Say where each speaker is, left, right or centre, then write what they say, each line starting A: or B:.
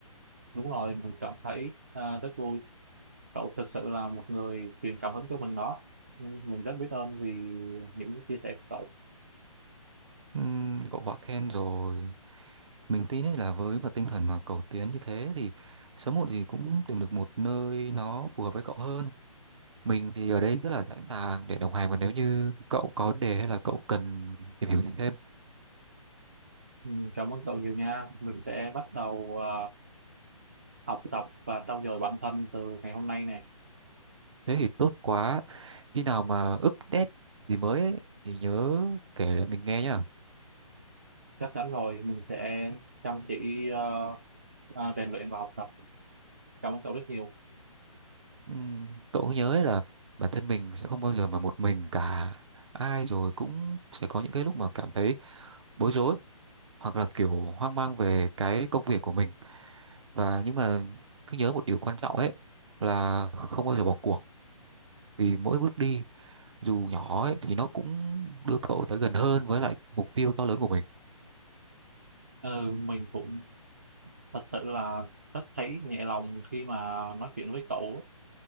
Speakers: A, on the right; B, on the right.
A: đúng rồi, mình cảm thấy à, rất vui cậu thực sự là một người truyền cảm hứng cho mình đó Ừ, mình rất biết ơn vì những chia sẻ của cậu
B: Ừm, cậu quá khen rồi mình tin ấy là với một tinh thần mà cầu tiến như thế thì sớm muộn gì cũng tìm được một nơi nó phù hợp với cậu hơn mình thì ở đây rất là sẵn sàng để đồng hành và nếu như cậu có vấn đề hay là cậu cần tìm hiểu thêm
A: Ừ, cảm ơn cậu nhiều nha mình sẽ bắt đầu à, học tập và trau dồi bản thân từ ngày hôm nay nè
B: thế thì tốt quá khi nào mà update gì mới ấy, thì nhớ kể lại mình nghe nhá
A: chắc chắn rồi mình sẽ chăm chỉ à, à, rèn luyện và học tập cảm ơn cậu rất nhiều
B: Ừm, cậu cứ nhớ ấy là bản thân mình sẽ không bao giờ mà một mình cả ai rồi cũng sẽ có những cái lúc mà cảm thấy bối rối hoặc là kiểu hoang mang về cái công việc của mình và nhưng mà cứ nhớ một điều quan trọng ấy là không bao giờ bỏ cuộc vì mỗi bước đi dù nhỏ ấy, thì nó cũng đưa cậu tới gần hơn với lại mục tiêu to lớn của mình
A: ừ, mình cũng thật sự là rất thấy nhẹ lòng khi mà nói chuyện với cậu